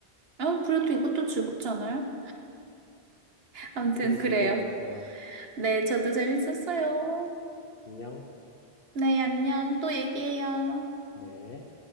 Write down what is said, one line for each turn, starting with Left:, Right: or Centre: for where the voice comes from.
Right: 아, 그래도 이것도 즐겁지 않아요? 아무튼
Left: 덕분에 즐거웠어요.
Right: 그래요. 네, 저도 재밌었어요.
Left: 안녕.
Right: 네, 안녕. 또 얘기해요.
Left: 네.